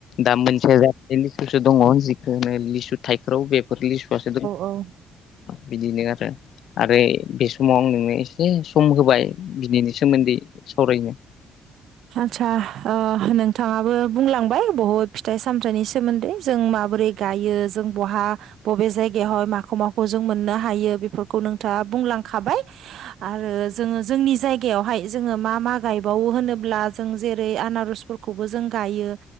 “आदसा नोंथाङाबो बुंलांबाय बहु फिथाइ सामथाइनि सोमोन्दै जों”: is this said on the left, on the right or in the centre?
Right